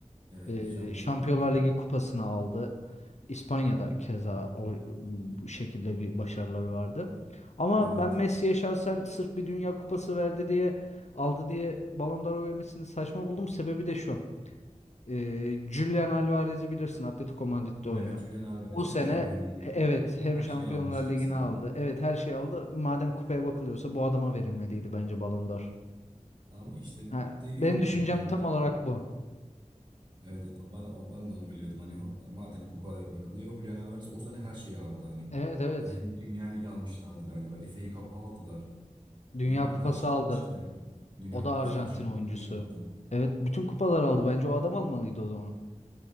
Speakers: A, on the right; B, on the left.
A: Evet.
B: Ee,
A: Şampiyonlar
B: Şampiyonlar
A: Ligi'ne.
B: Ligi kupasını aldı. İspanya'da keza o bu şekilde bir başarıları vardı. Ama
A: Evet.
B: ben Messi'ye şahsen sırf bir Dünya Kupası verdi diye aldı diye Ballon d'Or vermesini saçma buldum. Sebebi de şu. Ee, Julian Alvarez'i bilirsin Atletico Madrid'de oynuyor.
A: Evet. Julian Alvarez
B: O sene
A: hem Şampiyonlar Ligi
B: evet hem
A: her
B: Şampiyonlar
A: şeyi almıştı
B: Ligi'ni
A: o sene.
B: aldı. Evet her şeyi aldı. Madem kupaya bakılıyorsa bu adama verilmeliydi bence Ballon d'Or.
A: Ama işte
B: Ha,
A: dediğin
B: benim
A: gibi
B: düşüncem
A: yani
B: tam
A: ben-
B: olarak bu.
A: evet, evet ben, o- ben de onu biliyordum. Hani hu- madem kupada bakılıyor Julian Alvarez o sene her şeyi aldı. Hani
B: Evet evet.
A: e, hem Premier Lig almışlardı galiba. FA Cup'ı aldılar.
B: Dünya
A: Ne bileyim
B: Kupası
A: her şey
B: aldı.
A: almıştı yani. Dünya
B: O da
A: Kupası
B: Arjantin
A: aldı, Şampiyonlar
B: oyuncusu.
A: Ligi aldı.
B: Evet bütün kupalar aldı. Bence o adam almalıydı o zaman.